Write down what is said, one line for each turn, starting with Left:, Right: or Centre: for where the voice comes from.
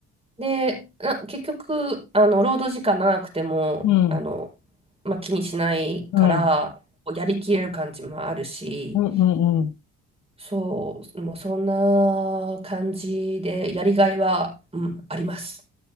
Right: で、な結局、あの、労働時間長くても、
Left: うん、
Right: あの、まあ、気にしないから、
Left: うん、
Right: こうやりきれる感じもあるし、
Left: うん。うん
Right: そう、もうそんな感じで、やりがいは、うん、あります。